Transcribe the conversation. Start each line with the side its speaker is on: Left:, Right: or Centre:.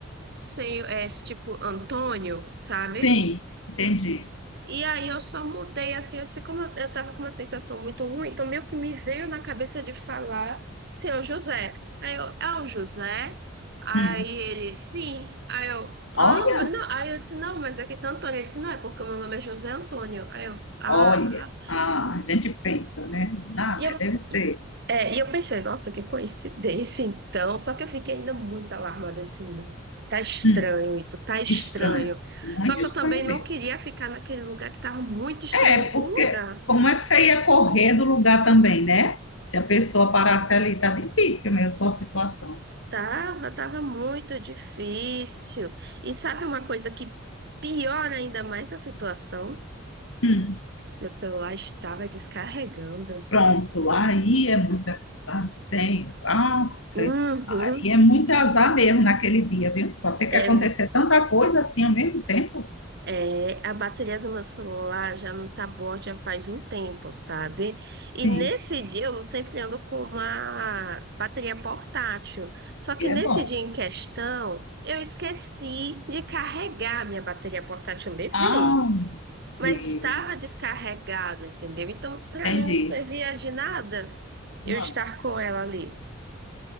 Right: sei, é, tipo Antônio, sabe?
Left: Sim, entendi.
Right: E aí eu só mudei assim, eu sei como eu, eu tava com uma sensação muito ruim, então meio que me veio na cabeça de falar, seu José. Aí eu, é o José? Aí
Left: Hum.
Right: ele, sim. Aí eu, ah,
Left: Olha,
Right: mas não. Aí eu disse, não, mas é que tá Antônio. Ele disse, não, é porque o meu nome é José Antônio. Aí eu, ah.
Left: olha. Ah, a gente pensa, né? Nada,
Right: E eu,
Left: deve ser.
Right: é, e eu pensei, nossa, que coincidência, então. Só que eu fiquei ainda muito alarmada. Eu disse, não, tá estranho
Left: Hum,
Right: isso, tá estranho.
Left: estranho. Muito
Right: Só que
Left: estranho
Right: eu também não
Left: mesmo.
Right: queria ficar naquele lugar que tava muito estranho
Left: É, porque
Right: o lugar.
Left: como é que você ia correr do lugar também, né? Se a pessoa parasse ali, tá difícil mesmo sua situação.
Right: Tava, tava muito difícil. E sabe uma coisa que piora ainda mais a situação?
Left: Hum,
Right: Meu celular estava descarregando.
Left: pronto, aí é muita. Ah, sei, nossa,
Right: Uhum.
Left: aí é muito azar mesmo naquele dia, viu? Pode ter que
Right: É,
Left: acontecer tanta coisa assim ao mesmo tempo.
Right: É, a bateria do meu celular já não tá boa já faz um tempo, sabe? E
Left: Sim,
Right: nesse dia eu sempre ando com uma bateria portátil. Só que
Left: que é
Right: nesse
Left: bom.
Right: dia em questão, eu esqueci de carregar a minha bateria portátil. Eu levei,
Left: Ah, meu
Right: mas
Left: Deus.
Right: estava descarregada, entendeu? Então, para
Left: Entendi.
Right: mim não servia de nada eu
Left: Não,
Right: estar com ela ali.